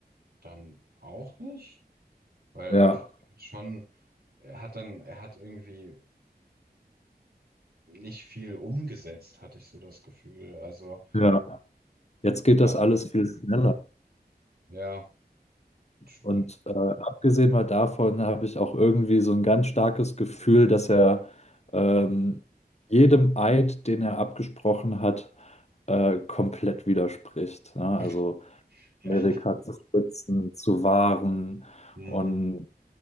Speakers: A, on the right (about 70°); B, on the left (about 40°).
A: dann auch nicht, weil
B: ja,
A: irgendwie schon. er hat dann, er hat irgendwie nicht viel umgesetzt, hatte ich so das Gefühl. Also,
B: ja. Jetzt
A: das
B: geht
A: war
B: das
A: dann,
B: alles viel schneller.
A: ja, true.
B: Und äh, abgesehen mal davon habe ich auch irgendwie so ein ganz starkes Gefühl, dass er ähm,
A: Hm.
B: jedem Eid, den er abgesprochen hat, äh, komplett widerspricht. Ne?
A: <laughs>
B: Also
A: Ja.
B: Amerika zu schützen, zu wahren
A: Hm,
B: und